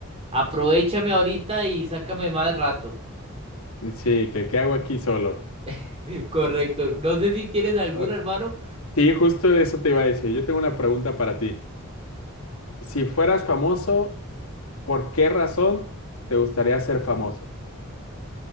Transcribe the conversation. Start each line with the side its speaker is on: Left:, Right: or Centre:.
Right: aprovechame ahorita y sácame más rato.
Left: Sí, que qué hago aquí solo.
Right: <laughs> Correcto. No sé si tienes algún
Left: Ah,
Right: hermano.
Left: Sí, justo de eso te iba a decir. Yo tengo una pregunta para ti. Si fueras famoso, ¿por qué razón te gustaría ser famoso?